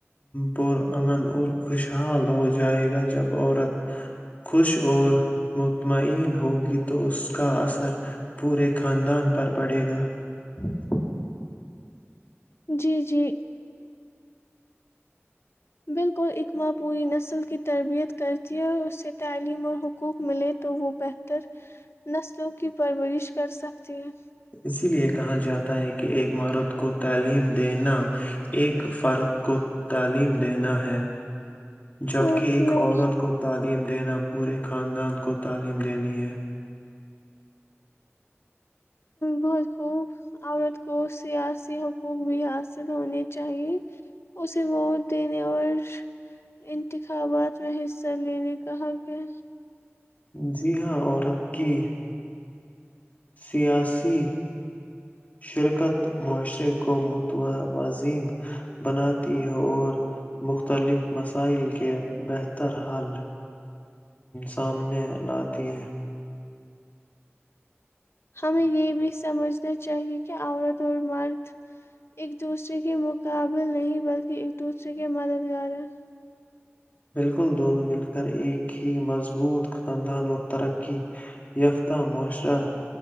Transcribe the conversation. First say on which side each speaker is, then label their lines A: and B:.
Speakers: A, on the left (about 35°); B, on the left (about 65°).
A: پر امن اور خوشحال ہو جائے گا جب عورت خوش اور مطمئن ہوگی تو اس کا اثر پورے خاندان پر پڑے گا <unintelligible>
B: جی جی بالکل اکماں پوری نسل کی تربیت کرتی ہے اس سے تعلیم اور حقوق ملے تو وہ بہتر نسلوں کی پرورش کر سکتی ہے
A: اسی لے کہا جاتا ہے کہ ایک عمارت کو تعلیم دینا ایک فارت کو تعلیم دینا ہے جبک
B: اور
A: ایک
B: نئی
A: عورت کو ت تعلیم دینا پورے خاندان کو تعلیم دینی ہے
B: بہت خوب عورت کو سیاسی حقوق بھی حاصل ہونے چاہیے اسے ووٹ دینے اور انتخابات میں حصہ لینے کا کہ
A: جی ہاں عورت کی سیاسی شرکت معاشرے کو متوازین بناتی ہے اور مختلف مسائل کے بہتر حل سامنے لاتی ہے
B: ہمیں یہ بھی سمجھنا چاہیے کہ عورت اور مرد ایک دوسرے کے مقابل نہیں بلکہ ایک دوسرے کے مددگار ہے
A: بالکل دونوں مل کر ایک ہی مضبوط خاندان اور ترقی یافتہ معاشرہ